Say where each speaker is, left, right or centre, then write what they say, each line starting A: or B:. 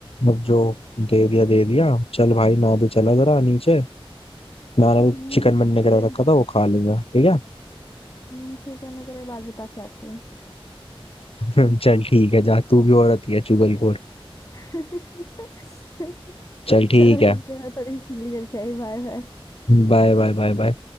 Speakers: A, on the left; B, on the left.
A: अब जो दे दिया दे दिया चल भाई मैं भी चला जरा नीचे मैंने भी
B: हम्म
A: चिकन बनने
B: ठीक
A: के लिए
B: है
A: रखा था वो खा लूंगा ठीक
B: हम्म ठीक है मैं तेरे बाद बता के आती हूँ
A: है <laughs> चल ठीक है जा तू भी औरत ही है चुगलखोर
B: <laughs>
A: चल ठीक
B: चलो ठीक
A: है
B: है मैं थोड़ी चिल्ली करके आई बाय बाय
A: Bye bye Bye bye